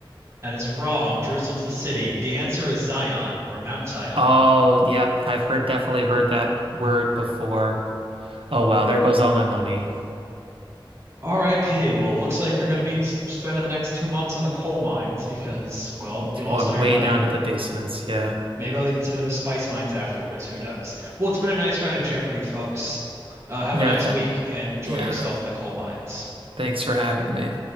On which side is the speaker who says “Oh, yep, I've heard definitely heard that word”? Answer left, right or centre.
Right